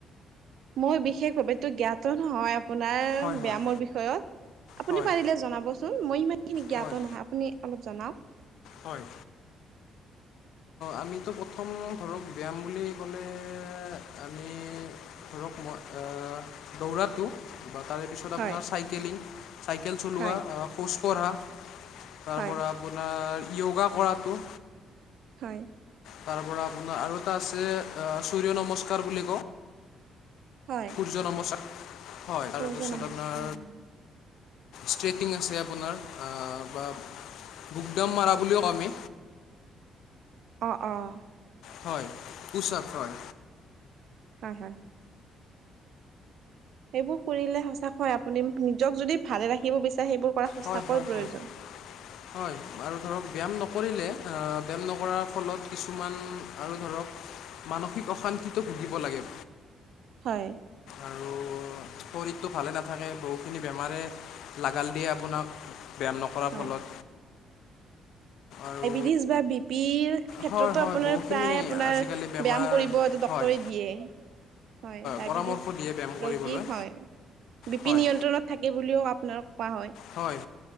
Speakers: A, on the right; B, on the left.
A: মই বিশেষভাৱে তো জ্ঞাত নহয়। আপোনাৰ
B: হয় হয়
A: ব্যামৰ বিষয়ত আপুনি
B: হয়
A: পাৰিলে জনাবচোন মই ইমান খিনি
B: হয়
A: জ্ঞাত নহয়। আপুনি অলপ জনাওক
B: হয়। আমিতো প্ৰথম ধৰক ব্যায়াম বুলি ক'লে আমি ধৰক মই এ দৌৰাটো বা তাৰে তাৰপিছত
A: হয়
B: আপোনাৰ চাইকেলিং চাইকেল চলোৱা
A: হয়
B: খোজ কঢ়া তাৰ
A: হয়
B: পৰা আপোনাৰ যোগা কৰাটো
A: হয়।
B: তাৰ পৰা আপোনাৰ আৰু এটা আছে সূৰ্য নমস্কাৰ বুলি কওঁ
A: হয়।
B: <unintelligible> হয় তাৰপিছত
A: সূৰ্য নমস্কাৰ
B: আপোনাৰ
A: হয়
B: ষ্ট্ৰেইটিং আছে আপোনাৰ বা বুক দাম মৰা বুলিও কওঁ আমি
A: অঁ অঁ
B: হয় পোচ আপ হয়।
A: হয় হয়। সেইবোৰ কৰিলে সঁচাকৈ আপুনি নিজক যদি ভালে ৰাখিব বিচাৰে সেইবোৰ কৰা সঁচাকৈ
B: হয় হয়
A: প্ৰয়োজন।
B: হয় হয় আৰু ধৰক ব্যায়াম নকৰিলে ব্যায়াম নকৰাৰ ফলত কিছুমান আৰু ধৰক মানসিক অশান্তিটো ভুগিব লাগে।
A: হয়
B: আৰু শৰীৰটো ভালে নাথাকে বহুখিনি বেমাৰে লাগাল দিয়ে আপোনাক ব্যায়াম নকৰে। হোৱা
A: হয়
B: ফলত আৰু
A: ৰিছভা বিপিৰ ক্ষেত্ৰতো
B: হয়, হয়,
A: আপোনাৰ
B: বহুখিনি
A: প্ৰায় আপোনাৰ
B: আজিকালি বেমাৰ
A: ব্যায়াম কৰিব সেইটো ডক্টৰে
B: হয়,
A: দিয়ে। হয় ডায়বেটিছ
B: পৰামৰ্শ দিয়ে ব্যায়াম কৰিবলৈ।
A: ৰোগীক হয় বিপি
B: হয়,
A: নিয়ন্ত্ৰণত থাকে বুলিও আপোনাক কোৱা হয়।
B: হয়